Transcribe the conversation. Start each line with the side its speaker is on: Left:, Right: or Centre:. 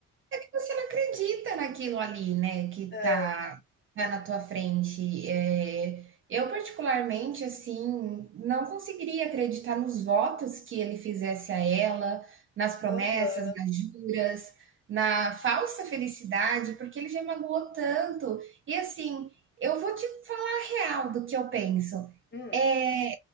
Right: Você não acredita naquilo ali, né, que
Left: É,
Right: tá tá na tua frente. Eh, eu particularmente, assim, não conseguiria acreditar nos votos que ele fizesse a ela, nas promessas,
Left: aham.
Right: nas juras, na falsa felicidade, porque ele já magoou tanto. E assim, eu vou te falar a real do que eu penso.
Left: Hum.
Right: Eh,